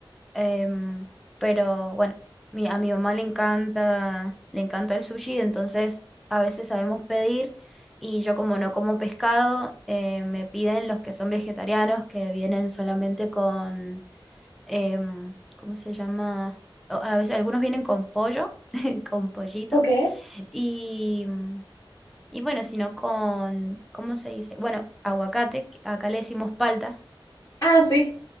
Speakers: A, in the centre; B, on the left (about 40°).
A: Em, pero bueno, mi- a mi mamá le encanta, le encanta el sushi, entonces a veces sabemos pedir y yo como no como pescado, eh, me piden los que son vegetarianos, que vienen solamente con, em, ¿cómo se llama? O- A veces algunos vienen con pollo, <laughs> con pollito,
B: Ok.
A: y, y bueno, sino con, ¿cómo se dice? Bueno, aguacate, que acá le decimos palta
B: Ah, sí.